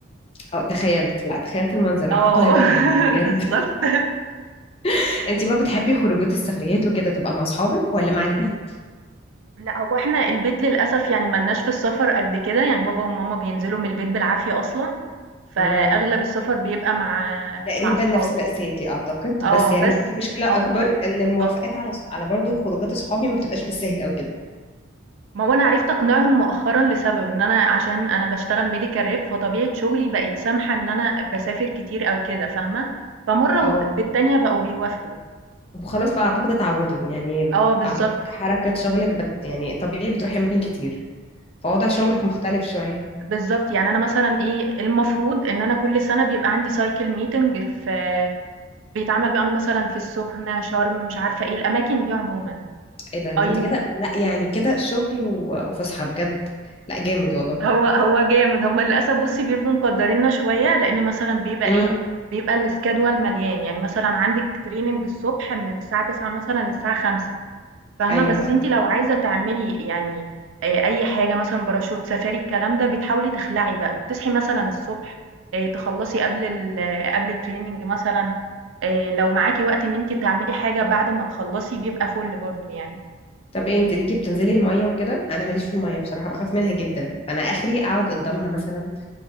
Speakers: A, on the left (about 30°); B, on the right (about 75°).
A: او تخيلت لا تخيلت المنظر
B: آه،
A: اعتقد هيبقى
B: <laughs>
A: جامد بجد
B: بالضبط.
A: <laughs> انت بقى بتحبي خروجات السفريات وكده تبقى مع اصحابك ولا مع البيت
B: لأ هو إحنا البيت للأسف يعني ما لناش في السفر قد كده، يعني بابا وماما بينزلوا من البيت بالعافية أصلًا، فأغلب
A: امم
B: السفر بيبقى مع
A: تقريبا
B: مع صحابي.
A: نفس مأساتي اعتقد
B: آه،
A: بس يعني
B: بس
A: في مشكلة اكبر
B: آه، مع-
A: ان الموافقات
B: آه.
A: على على برضو خروجات اصحابي ما بتبقاش بالسهل او كده
B: ما هو أنا عرفت أقنعهم مؤخرًا لسبب، إن أنا عشان أنا باشتغل medical rep فطبيعة شغلي بقت سامحة إن أنا باسافر كتير أو كده فاهمة، فمرّة
A: اه
B: والت في التانية بقوا بيوافقوا،
A: وخلاص بقى اعتقد اتعودوا يعني
B: آه بالضبط،
A: اعتقد حركة شغلك بت يعني طبيعي بتروحي اماكن كتير فوضع شغلك
B: آآ
A: مختلف شوية
B: بالضبط، يعني أنا مثلًا إيه، المفروض إن أنا كل سنة بيبقى عندي cycle meeting في بيتعمل بقى مثلًا في السخنة، شرم، مش عارفة إيه، الأماكن دي عمومًا.
A: ايه ده ده
B: أي
A: انت كده لا يعني كده شغل و- وفسحة بجد لا جامد والله
B: هو هو جامد هُم للأسف بُصّي بيبقوا مقدّريننا شوية، لإن مثلًا بيبقى
A: امم
B: إيه، بيبقى الschedule مليان، يعني مثلًا عندِك training الصبح من الساعة 09:00 مثلًا للساعة 17:00 فاهمة،
A: ايوه
B: بس
A: أيوة.
B: أنتِ لو عايزة تعملي يعني آآ أي حاجة مثلًا باراشوت، سفاري، الكلام ده، بتحاولي تخلعي بقى، بتصحي مثلًا الصبح آآ تخلّصي قبل ال آه، قبل الtraining مثلًا، آآ لو معاكِ وقت إن أنتِ تعملي حاجة بعد ما تخلّصي بيبقى فُل برضه يعني.
A: طب ايه انت ليكي بتنزلي المية وكده انا ماليش في المية بصراحة بخاف منها جدا فانا اخري اقعد قدامها مثلا أي-